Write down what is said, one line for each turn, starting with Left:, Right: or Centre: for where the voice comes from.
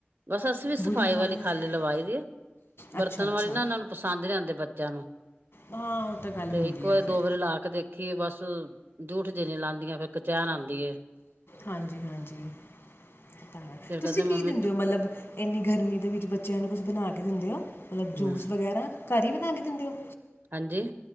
Right: ਬਸ ਅਸੀਂ ਵੀ, ਸਫ਼ਾਈ
Left: ਬੁਰੀ ਹਾਲਤ
Right: ਵਾਲੀ ਖਾਲੀ ਲਵਾਈ ਦੇ ਬਰਤਣ
Left: ਅੱਛਾ ਅੱਛਾ
Right: ਵਾਲੀ ਨਾ, ਉਹਨਾਂ ਨੂੰ ਪਸੰਦ ਨਈ, ਆਉਂਦੇ ਬੱਚਿਆਂ ਨੂੰ
Left: ਹਾਂ ਉਹ ਤਾਂ ਗੱਲ
Right: ਤੇ,
Left: ਹੁੰਦੀ
Right: ਇੱਕ ਵਾਰੀ-
Left: ਆ ਫਿਰ
Right: ਦੋ ਵਾਰੀ ਲਾ ਕੇ ਦੇਖ ਕਿ ਏ ਬਸ, ਜੂਠ ਜਿਹੀ ਨਈ ਲਾਦੀਆਂ, ਫਿਰ ਕਚੈਣ ਆਉਂਦੀ ਏ
Left: ਹਾਂਜੀ- ਹਾਂਜੀ ਤਾਂ ਹੈ,
Right: ਫੇਰ
Left: ਤੁਸੀਂ
Right: ਕਹਿੰਦੇ
Left: ਕੀ
Right: ਮੰਮੀ
Left: ਦਿੰਦੇ ਹੋ ਮਤਲਬ? ਇੰਨੀ ਗਰਮੀ ਦੇ ਵਿੱਚ, ਬੱਚਿਆਂ ਨੂੰ ਕੁਛ ਬਣਾ ਕੇ ਦਿੰਦੇ ਹੋ, ਮਤਲਬ ਜੂਸ
Right: ਹੂੰ
Left: ਵਗੈਰਾ ਘਰ ਈ, ਬਣਾ ਕੇ ਦਿੰਦੇ ਹੋ?
Right: ਹਾਂਜੀ।